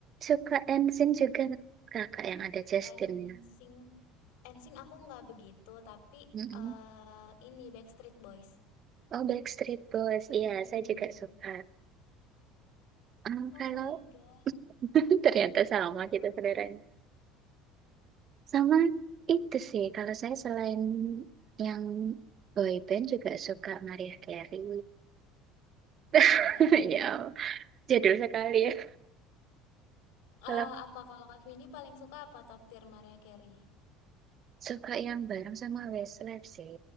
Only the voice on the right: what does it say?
suka Ensin juga kakak yang ada Justinnya.
Mm-mm.
Oh, Backstreet Boys. Iya,
saya juga suka. Em,
kalau
<laughs> ternyata sama kita saudaranya. Sama itu sih. Kalau saya selain yang boyband juga suka Mariah Carey.
<laughs>
Ya. Jadul sekali ya. Kalau
suka yang bareng sama Westlife sih.